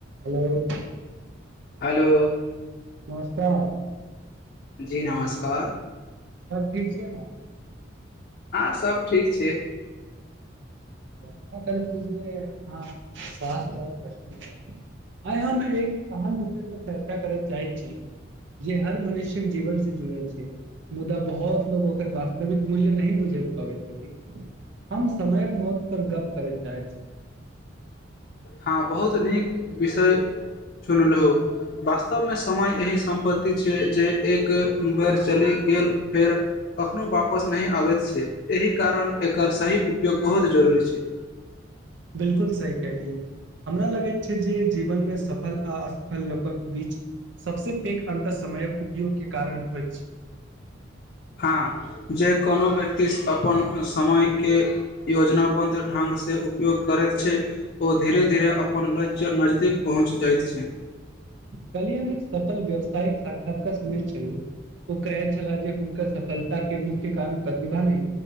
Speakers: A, on the right; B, on the left.
A: Hello <inaudible>
B: hello
A: नमस्कार
B: जी नमस्कार
A: सब ठीक छै ने
B: हँ सभ ठीक छै
A: आशा करय छी जे अहाँ स्वास्थ आओर मस्ती होइ आइ हम एक अहम विषय पर चर्चा करय चाहै छी जे हर मनुष्यक जीवन से जुड़ल छै मुदा बहोत लोक ओकर वास्तविक मूल्य नहि बुझि पाबैत छथि हम समय मौत पर गप्प करय चाहै छी
B: हँ बहुत नीक विषय चुनलौ वास्तवमे समय एहि सम्पति छै जे एक बेर चलि गेल फेर कखनो वापस नहि आबैत छै एहि कारण एकर सही उपयोग बहुत जरूरी जरूरी छै
A: बिल्कुल सही कहलियै हमरा लगैत छै जे जीवनमे सफल आ असफल लोकक बीच सबसँ पैघ अन्तर समयक उपयोगके कारण होइत छै
B: हँ जे कोनो व्यक्ति अपन समयके योजनबन्ध ढंग जे उपयोग करैत छै ओ धीरे धीरे अपन लक्ष्य नजदीक पहुँच जाइत छै
A: काल्हि हम एक सफल व्यावसायिक साक्षात्कार सुनय छलूं ओ कहै छलाह जे हुनकर सफलताके मुख्य कारण प्रतिभा नहि